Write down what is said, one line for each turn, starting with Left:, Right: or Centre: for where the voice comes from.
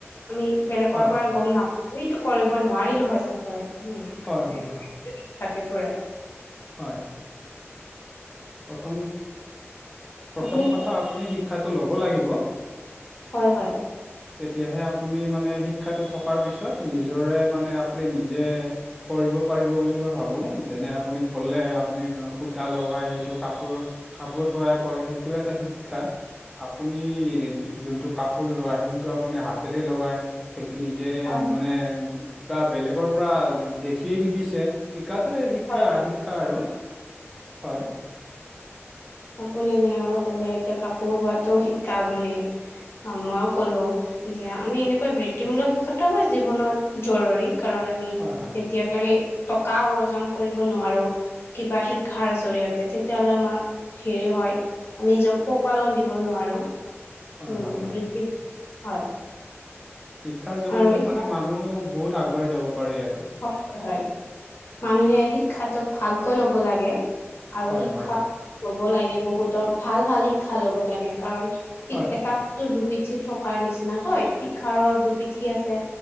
Left: আমি বেলেগৰ
Centre: হয়
Left: পৰা গম নাপ আমিতো কৰিব নোৱাৰিলো হয় চাগৈ। উম,
Centre: হয়
Left: সেইটোতো
Centre: হয় হয়
Left: শিক্ষাতে পৰে।
Centre: হয়। প্ৰথম প্ৰথম
Left: আপুনি
Centre: কথা আপুনি শিক্ষাটো ল'ব লাগিব।
Left: হয় হয়
Centre: তেতিয়াহে আপুনি মানে শিক্ষাটো থকাৰ পিছত নিজৰে মানে আপুনি নিজে কৰিব পাৰিব বুলি মই ভাবো যে। যেনে আপুনি ক'লে আপুনি সূতা লগাই কাপোৰ কাপোৰ তৈয়াৰ কৰে সেইটো এটা শিক্ষা আপুনি যোন কাপোৰ লগ আপুনি হাতেৰে লগাই নিজে
Left: হয়
Centre: মানে দুটা বেলেগৰ পৰা দেখিয়ে শিকিছে শিক্ষাতোৱে শিক্ষা
Left: হয় হয়
Centre: শিক্ষা আৰু হয়
Left: আপুনি যেনেকৈ ক'লে এতিয়া কাপোৰ বোৱাাতটো শিকা বুলি মইও ক'লো আমি এনেকৈ বৃত্তিমূলক শিক্ষা জীৱনত জৰুৰী কাৰণ আমি
Centre: হয় হয়
Left: তেতিয়াক লাগে টকা অৰ্জন কৰিব নোৱাৰো কিবা শিক্ষাৰ জৰিয়তে তেতিয়াাহ'লে আমাৰ হেৰি হয় আমি নিজ পোহপালন দিব নোৱাৰো
Centre: হয়
Left: উম
Centre: হয় হয়
Left: বৃত্তি হয়।
Centre: শিক্ষাৰ জৰিয়তে
Left: আৰু এতিয়া
Centre: মানে মানুহ বহুত আগবাঢ়ি যাব পাৰি আৰু
Left: হয় হয় হয় মানুহে শিক্ষাটোক ভালকৈ ল'ব লাগে আৰু
Centre: হয়
Left: শিক্ষা
Centre: হয়
Left: লব লাগে বহুতৰ ভাল ভাল শিক্ষা ল'ব লাগে কাৰণ শিক
Centre: হয়
Left: এটা বস্তুৰবি পিঠিৰ থকাৰ নিচিনাাকৈ শিক্ষাৰ দুপিঠি আছে